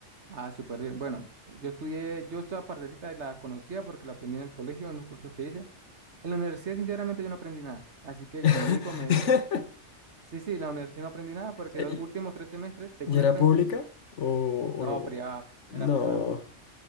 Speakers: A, on the right (about 65°); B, on the left (about 75°).
A: ah, súper bien. Bueno, eh, yo estudié, yo esta partecita la conocía porque la aprendí en el colegio, en los cursos que hice. En la universidad, sinceramente, yo no aprendí nada. Así que,
B: <laughs>
A: como les digo, me... sí, sí, en la universidad no aprendí nada porque
B: ¿Y
A: los últimos tres semestres, según
B: y era
A: el pensum,
B: pública? O,
A: no,
B: o-
A: privada,
B: no,
A: era privada.